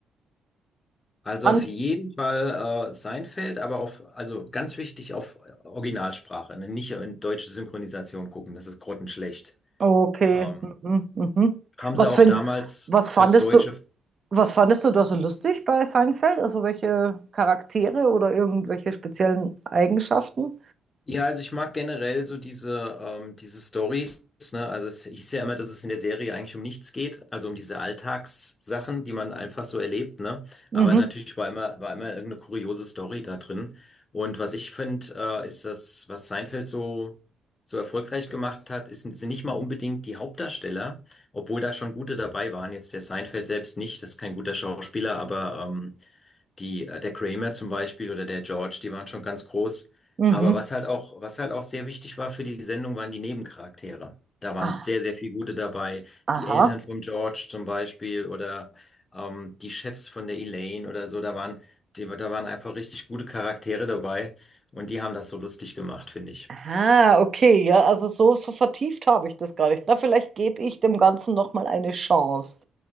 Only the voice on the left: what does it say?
Also
auf jeden Fall äh, Seinfeld, aber auf, also ganz wichtig auf Originalsprache, ne? Nicht in deutsche Synchronisation gucken, das ist grottenschlecht.
Ähm,
haben
sie auch
damals
fürs Deutsche
Ja, also ich mag generell so diese, ähm, diese Stories, ne? Also es hieß ja immer, dass es in der Serie eigentlich um nichts geht, also um diese Alltagssachen, die man einfach so erlebt, ne?
Aber natürlich war immer, war immer irgendeine kuriose Story da drin. Und was ich finde, äh, ist das, was Seinfeld so, so erfolgreich gemacht hat, ist, sind nicht mal unbedingt die Hauptdarsteller, obwohl da schon gute dabei waren. Jetzt der Seinfeld selbst nicht, das ist kein guter Schauspieler, aber ähm, die, äh, der Kramer zum Beispiel oder der George, die waren schon ganz groß.
Aber was halt auch, was halt auch sehr wichtig war für die Sendung, waren die Nebencharaktere. Da waren
sehr, sehr viele gute dabei.
Die Eltern von George zum Beispiel oder ähm, die Chefs von der Elaine oder so. Da waren, die, da waren einfach richtig gute Charaktere dabei und die haben das so lustig gemacht, finde ich.